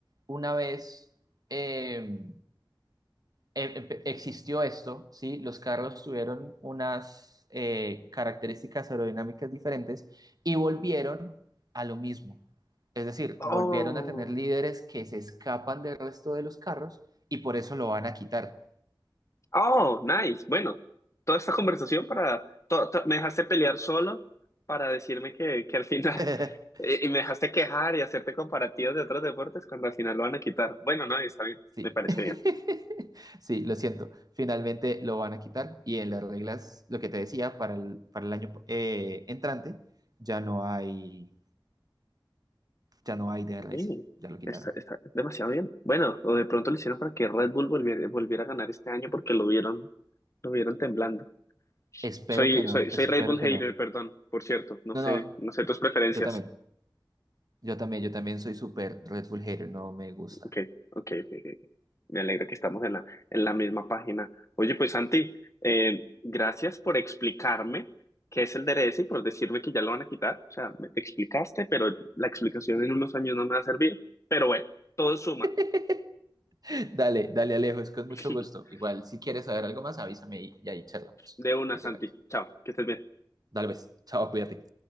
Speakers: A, on the right (about 50°); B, on the left (about 35°).
A: una vez eh, em- em- existió esto, ¿sí? Los carros tuvieron unas eh, características aerodinámicas diferentes y volvieron a lo mismo. Es decir,
B: Oh,
A: volvieron a tener líderes que se escapan del resto de los carros y por eso lo van a quitar.
B: oh, nice. Bueno, toda esta conversación para... to- to- me dejaste pelear solo para decirme que, que al final...
A: <laughs>
B: <laughs> Y y me dejaste quejar y hacerte comparativos de otros deportes cuando al final lo van a quitar. Bueno, no, está bien,
A: Sí.
B: me parece
A: <laughs>
B: bien.
A: Sí, lo siento. Finalmente lo van a quitar y en las reglas, lo que te decía, para el, para el año eh, entrante ya no hay, ya no hay DRS.
B: Sí,
A: Ya lo quitaron.
B: está, está demasiado bien. Bueno, o de pronto lo hicieron para que Red Bull volviera, volviera a ganar este año porque lo vieron, lo vieron temblando.
A: Espero
B: Soy,
A: que no,
B: soy, soy
A: espero
B: Red Bull hater,
A: que no.
B: perdón, por cierto, no
A: No,
B: sé,
A: no,
B: no sé tus preferencias.
A: yo también. Yo también, yo también soy súper Red Bull hater, no me gusta.
B: Ok, ok, ok, ok. Me alegra que estamos en la, en la misma página. Oye, pues Santi, eh, gracias por explicarme qué es el DRS y por decirme que ya lo van a quitar. O sea, me te explicaste, pero la explicación en unos años no me va a servir. Pero bueno, todo suma.
A: <laughs> Dale, dale Alejo, es con mucho
B: <laughs>
A: gusto. Igual, si quieres saber algo más, avísame y, y ahí charlamos.
B: De una,
A: Y
B: Santi.
A: te cuento.
B: Chao, que estés bien.
A: Dale, pues, chao, cuídate.